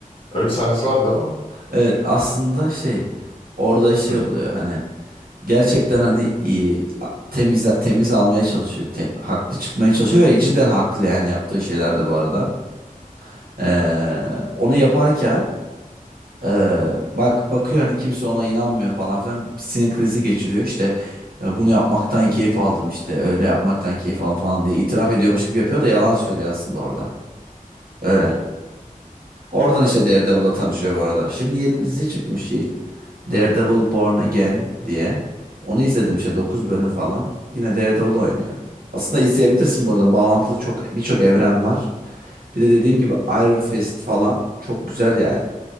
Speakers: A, on the left (about 40°); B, on the right (about 85°).
A: Öyle bir sahnesi vardı ama.
B: Evet aslında şey orada şey
A: Hı.
B: oluyor hani gerçekten hani iyi temiz temiz almaya çalışıyor. te- haklı çıkmaya çalışıyor ve cidden haklı yani yaptığı şeylerde bu arada. Ee, onu yaparken ee, bak bakıyor hani kimse ona inanmıyor falan filan sinir krizi geçiriyor. işte "Ya bunu yapmaktan keyif aldım işte öyle yapmaktan keyif aldım falan diye itiraf ediyormuş gibi yapıyor da yalan söylüyor aslında orada. Öyle. Oradan işte Daredevil'la tanışıyor bu arada. Şimdi yeni bir dizi çıkmış Yiğit. Daredevil
A: Hı.
B: Born Again diye. Onu izledim işte 9 bölüm falan. Yine Daredevil oynuyor. Aslında izleyebilirsin bu arada. Bağlantılı çok birçok evren var. Bir de dediğim gibi Iron Fist falan çok güzel yani.